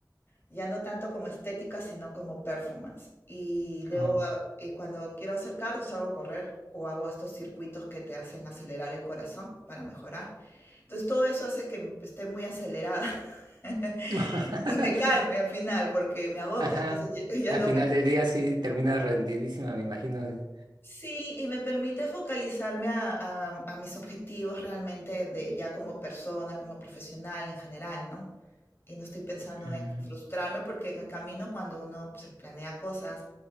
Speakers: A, on the left; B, on the right.
A: Ya no tanto como estética, sino como performance. Y luego,
B: oh.
A: a- y cuando quiero hacer cardio, salgo a correr o hago estos circuitos que te hacen acelerar el corazón para mejorar. Entonces todo eso hace que m- esté muy acelerada <laughs>
B: <laughs>
A: y me calme al final porque me agota.
B: Ajá.
A: Entonces ya
B: Al
A: ya no
B: final del día sí termina rendidísima, me imagino. de-
A: Sí, y me permite focalizarme a, a- a mis objetivos realmente de ya como persona, como profesional en general, ¿no? Y no estoy pensando
B: Mm,
A: en frustrarme porque en el camino cuando uno se planea cosas,